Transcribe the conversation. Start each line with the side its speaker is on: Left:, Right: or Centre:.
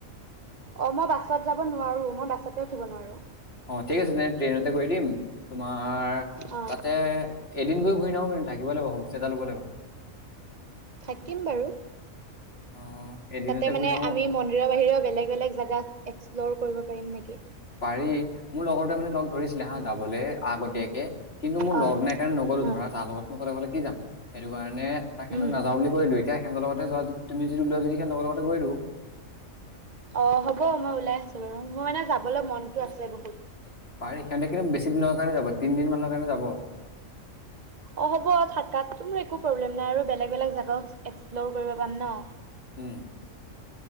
Right: অ মই বাছত যাব নোৱাৰো মই বাছতে উঠিব নোৱাৰো।
Left: অ' ঠিক আছে তেনে ট্ৰেইনতে কৰি দিম। তোমাৰ
Right: অ
Left: তাতে এদিন গৈ ঘূৰি নাহো কিন্ত থাকিব লাগিব হোমষ্টে এটা ল'ব লাগিব।
Right: থাকিম বাৰু
Left: অ এদিনতে
Right: তাতে মানে
Left: ঘূৰি নাহো
Right: আমি মন্দিৰৰ বাহিৰেও বেলেগ - বেলেগ জাগা এক্সপ্লৰ কৰিব পাৰিম নেকি?
Left: পাৰি মোৰ লগৰটোৱে মানে লগ ধৰিছিলে হা
Right: উম,
Left: যাবলৈ আগতীয়াকে কিন্তু মোৰ
Right: অ',
Left: লগ নাই কাৰণে নগ'লো
Right: উম,
Left: ধৰা তাৰ লগতনো অকলে অকলে কি যাম, সেইটো কাৰণে তাক সেইদিনা
Right: উম।
Left: নাযাওঁ বুলি কলো এতিয়া সিহঁতৰ লগতে যোৱা যা তুমি যদি ওলোৱা যদি সিহঁতৰ লগতে গৈ দিও।
Right: অ হ'ব মই ওলাই আছো বাৰু মই মানে যাবলৈ
Left: পাৰি
Right: মনটো আছে বহুত।
Left: সিহঁতে কিন্তু বেছি দিনৰ কাৰণে যাব। তিনদিন মানৰ কাৰণে যাব।
Right: অ' হ'ব থাকাত মোৰ একো প্ৰব্লেম নাই আৰু বেলেগ- বেলেগ জাগাও এক্সপ্ল'ৰ কৰিব পাম ন।
Left: উম।